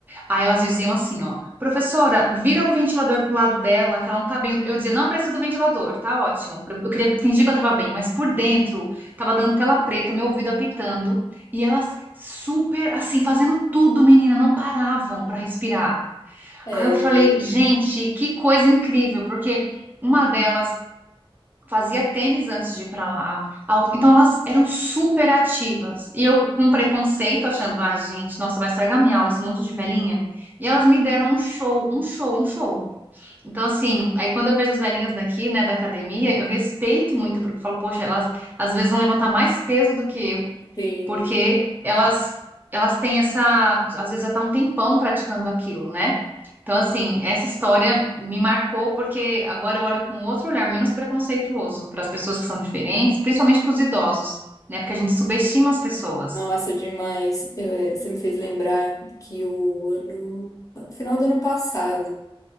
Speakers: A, on the right; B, on the left.
A: Aí elas diziam assim, ó, professora, vira o ventilador pro lado dela, que ela não tá bem. Eu dizia, não preciso do ventilador, tá ótimo. Eu eu queria fingir que eu tava bem, mas por dentro tava dando tela preta, meu ouvido apitando, e elas super assim, fazendo tudo, menina, não paravam para respirar.
B: É,
A: Aí eu falei, gente, que coisa incrível, porque uma delas fazia tênis antes de ir para lá. Au- Então elas eram super ativas. E eu com preconceito, achando, ai, gente, nossa, vai estragar minha aula, esse monte de velhinha. E elas me deram um show, um show, um show. Então, assim, aí quando eu vejo as velhinhas daqui, né, da academia, eu respeito muito, porque eu falo, poxa, elas às vezes vão levantar mais peso do que eu
B: sim.
A: porque elas elas têm essa, às vezes até um tempão praticando aquilo, né? Então, assim, essa história me marcou porque agora eu olho com outro olhar menos preconceituoso para as pessoas que são diferentes, principalmente para os idosos, né? Porque a gente subestima as pessoas.
B: Nossa, demais. Eu, é, você me fez lembrar que o ano... Final do ano passado,